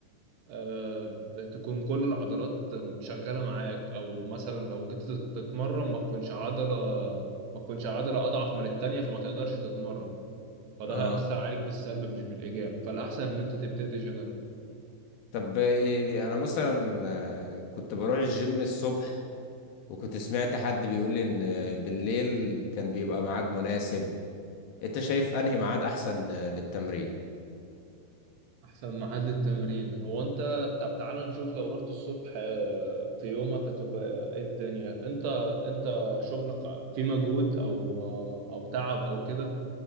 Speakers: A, on the right; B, on the left.
A: آه، تكون كل العضلات شغالة معاك أو مثلا لو جيت تت- تتمرن ما تكونش عضلة ما تكونش عضلة أضعف من التانية فما تقدرش تتمرن فده
B: اه
A: هيأثر عليك بالسلب مش بالإيجاب فالأحسن إن أنت تبتدي جنرال
B: طب إيه- انا مثلا آه، كنت بروح الجيم الصبح وكنت سمعت حد بيقول لي ان آه، بالليل كان بيبقى ميعاد مناسب انت شايف انهي ميعاد احسن آه، للتمرين
A: أحسن محل التمرين هو أنت طب تعال نشوف لو رحت الصبح آه، في يومك هتبقى إيه الدنيا أنت أنت شغلك في مجهود أو آه، أو تعب أو كده